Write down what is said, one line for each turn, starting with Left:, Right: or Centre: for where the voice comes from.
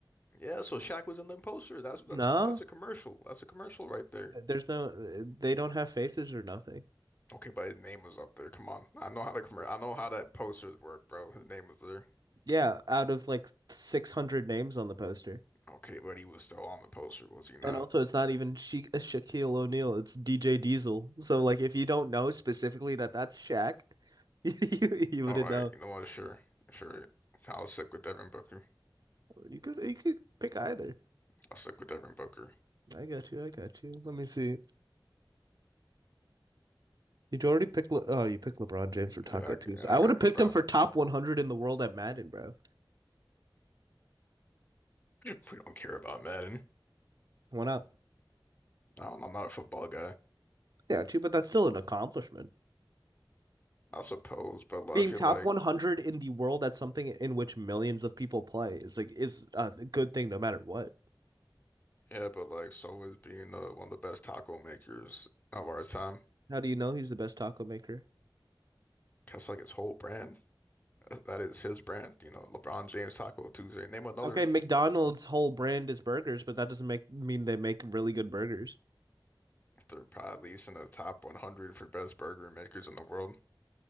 Left: Yeah, so Shaq was in the poster. That's that's
Right: No,
Left: that's a commercial. That's a commercial right there.
Right: there's no. They don't have faces or nothing.
Left: Okay, but his name was up there. Come on, I know how the commer. I know how that posters work, bro. His name was there.
Right: Yeah, out of like 600 names on the poster.
Left: Okay, but he was still on the poster, was he not?
Right: And also, it's not even Sha Shaquille O'Neal, it's DJ Diesel. So, like, if you don't know specifically that that's Shaq, <laughs> you, you wouldn't
Left: All right,
Right: know.
Left: you know what? Sure, sure. I'll stick with Devin Booker.
Right: You could you could pick either.
Left: I'll stick with Devin Booker.
Right: I got you. I got you. Let me see. You already picked. Le- oh, you picked LeBron James for Taco
Left: Yeah,
Right: Tuesday.
Left: I, yeah,
Right: I
Left: I got
Right: would have picked
Left: LeBron.
Right: him for top 100 in the world at Madden, bro.
Left: we don't care about Madden.
Right: Why not?
Left: I don't, I'm not a football guy,
Right: Yeah, true, but that's still an accomplishment.
Left: I suppose, but like,
Right: Being
Left: I feel
Right: top
Left: like
Right: 100 in the world at something in which millions of people play is like is a good thing no matter what.
Left: yeah, but like so is being uh, one of the best taco makers of our time.
Right: How do you know he's the best taco maker?
Left: That's like his whole brand. That that is his brand. You know, LeBron James Taco Tuesday. Name another
Right: Okay,
Left: f-
Right: McDonald's whole brand is burgers, but that doesn't make mean they make really good burgers.
Left: they're probably at least in the top 100 for best burger makers in the world,